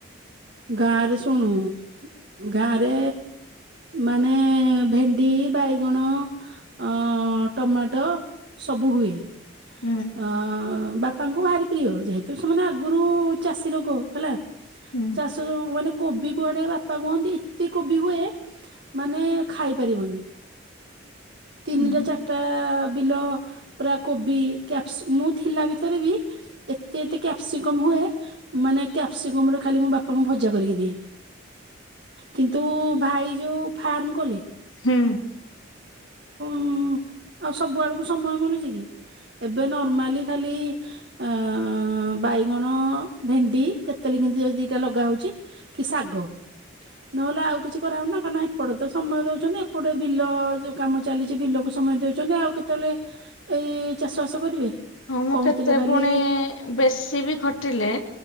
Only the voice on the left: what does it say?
ହୁଁ।
ହୁଁ।
ହୁଁ
ହୁଁ।
ହଁ ମୁଁ
କେତେ
ଫୁଣି ବେଶୀ ବି ଖଟିଲେ